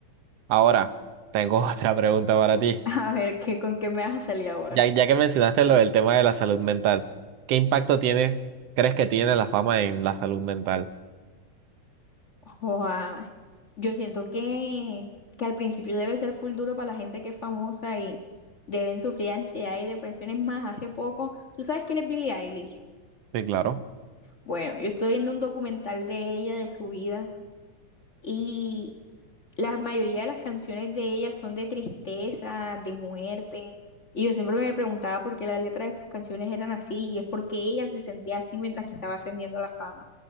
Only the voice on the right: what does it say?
Ahora, tengo <laughs> otra pregunta para ti.
Ya, ya que mencionaste lo del tema de la salud mental, ¿qué impacto tiene, crees que tiene la fama en la salud mental?
Sí, claro.